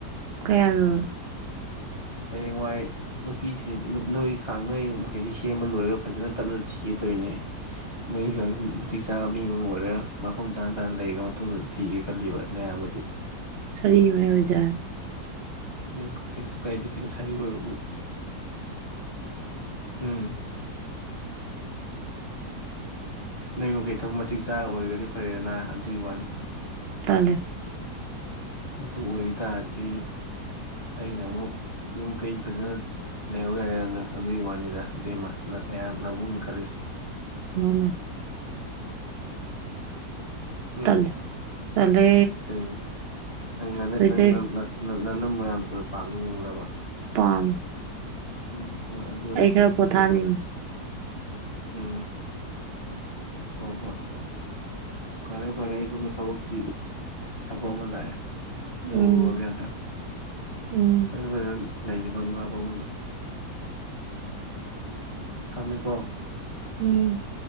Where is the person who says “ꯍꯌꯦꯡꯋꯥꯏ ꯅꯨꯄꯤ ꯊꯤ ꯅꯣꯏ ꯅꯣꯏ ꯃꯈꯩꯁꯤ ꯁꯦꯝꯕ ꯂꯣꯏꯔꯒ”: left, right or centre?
Left